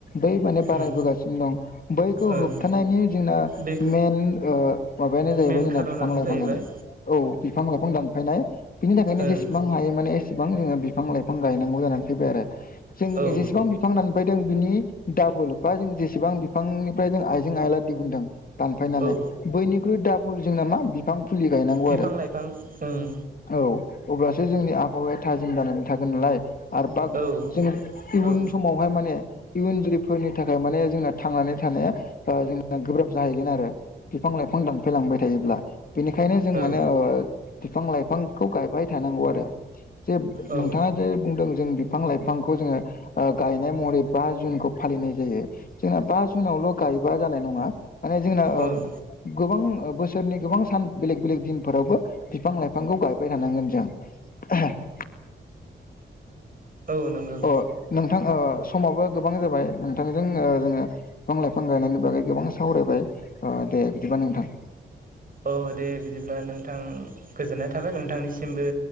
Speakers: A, on the left (about 45°); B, on the right (about 45°).
A: बै माने बारायबोगासिनो
B: उम
A: दं बैखौ
B: ओं
A: होबथानायनि जोंना
B: बे
A: मइेन ओ माबायानो जाहैबाय
B: मेन
A: जोंना
B: खार'नानो
A: बिफां लाइफां
B: जाहैबाय
A: गोनां औ बिफां लाइफां दानफायनाय बिनि थाखायनो
B: ओं
A: जेसेबां हायो माने एसे सेबां जोो बिफां लाइफां गायनांगौ जानानै फैबाय आरो जों
B: औ
A: जेसेबां बि फां दानफैदों बिनि डाबल बा जों जेसेबां बिफांनिफ्राय जों आइजें आइला दिहुनदों दानफायनानै
B: औ
A: बैनिख्रुइ दाबल जों नामा बिफां फुलि गायनांगौ
B: बिफां
A: आरो।
B: लाइफां ओं
A: औ अब्लासो जोंनि आबहावाया थाजिम जानानै थागोन नालाय आरो बा
B: औ
A: जोङो इयुन
B: औ
A: समावहाय माने इयुन जोलैफोरनि थाखाय माने जोंना थांनानै थानाया जोंना गोब्राब जाहैगोन आरो बिफां लाइफां दानफायलांबाय थायोब्ला बेनिखायनो जों
B: औ
A: माने बिफां लाइफांखौ गायबाय थानांगौ आरो जे
B: औ
A: नोंथाङा जे बुंदों। जों बिफां लाइफांखौ जोङो ओ गायनाय महरै बा जुनखौ फालिनाय जायो। जोंना बा जुनावल' गायोबा जानाय नङा माने जोंना
B: ओं
A: गोबां बोसोरनि गोबां सान बेलेग बेलेग दिनफोरावबो बिफां लाइफांखौ गायबाय थानांगोन जों <inaudible>
B: औ नंगौ
A: अ नोंथां समाबो गोबां जाबाय नोंथांजों जोङो बिफां लाइफां गायनायनि बागै गोबां सावरायबाय दे बिदिबा नोंथां।
B: औ दे बिदिब्ला नोंथां गोजोननाय थाबाय नोंथांनिसिमबो